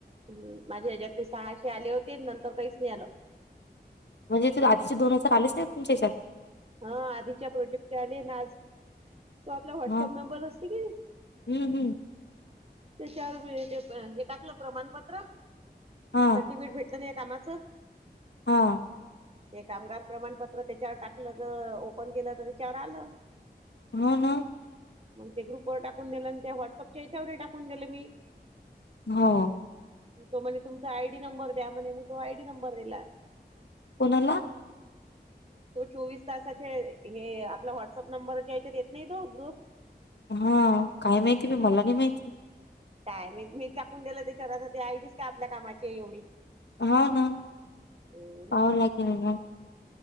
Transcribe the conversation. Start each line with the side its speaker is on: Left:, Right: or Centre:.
Right: हम् माझ्या ह्याच्यात ते सहाशे आले होते नंतर काहीच नाही आलं.
Left: म्हणजे ते आधचे दोन हजार आलेच ना तुमच्यात.
Right: हा आधीच्या प्रोजेक्ट आले आज तो आपला व्हॉट्सअप
Left: हा
Right: नंबर असते की
Left: हम्म हम्म
Right: त्याच्यावर ते हे टाकलं प्रमाणपत्र
Left: हा
Right: सर्टिफिकेट भेटलं ना या कामाचं
Left: हा
Right: ते कामगार प्रमाणपत्र त्याच्यावर टाकलं ज ओपन केलं तर त्याच्यावर आलं
Left: हो ना
Right: मग ते ग्रुपवरर टाकून दिलं आणि ते व्हॉट्सअपच्या याच्यावर टाकून दिलं मी
Left: हो
Right: तो म्हणज तुमचा आयडी नंबर द्या म्हणे मग तो आयडी नंबर दिला
Left: कोणाला
Right: तो चोवीस तासाचे हे आपला व्हॉटसअप नंबरच्या या्याच्यात येत नाही तो ग्रुप
Left: हा काय माहिती ब मला नाही माहिती
Right: काय मी मी चाकून दिलं ते रा ते आयडीच का आपल्या कामाची एवढी
Left: हा ना
Right: हम्म.
Left: पाह लागे नाही म